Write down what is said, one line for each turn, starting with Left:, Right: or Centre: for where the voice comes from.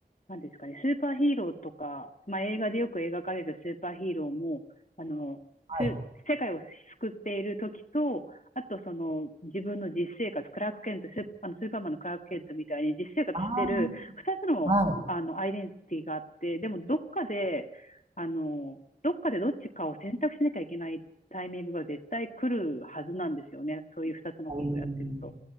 Left: なんですかね、スーパーヒーローとか、まあ、映画でよく描かれるスーパーヒーローも、あの、
Right: はい。
Left: す世界を救っている時と、あとその自分の実生活、クラーク・ケント、スーあのスーパーマンのクラーク・ケントみたいに実生活してる二つの、
Right: ああ、はい。
Left: あのアイデンティティがあって、でもどっかで、あの、どっかでどっちかを選択しなきゃいけないタイミングが絶対来るはずなんですよね。そういう二つのことをやってると。
Right: うーん